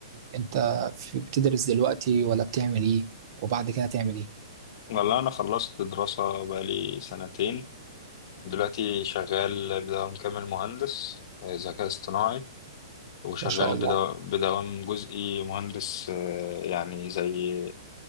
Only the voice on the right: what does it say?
اه، انت في- بتدرس دلوقتي ولا بتعمل ايه وبعد كده تعمل ايه
ما شاء الله